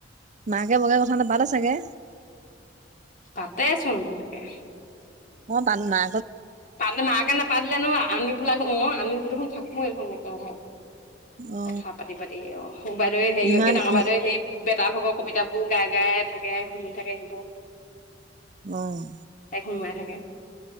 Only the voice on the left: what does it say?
পাতে ছোন মাকে
পাতে মাকে নাপাতিলে নো আমি বোলাক অ আমিবো দেখোন থাকো এই দেখোন একেৰাহে
কথা পাতি পাতি অ বাইদেৱে হেৰিয়কে
ডাঙৰ
বাইদেউৱে হেৰি বেটা ভাগ কবিতা বোৰ গাই গাই থাকে শুনি থাকে সেইবোৰ
সোমাই থাকে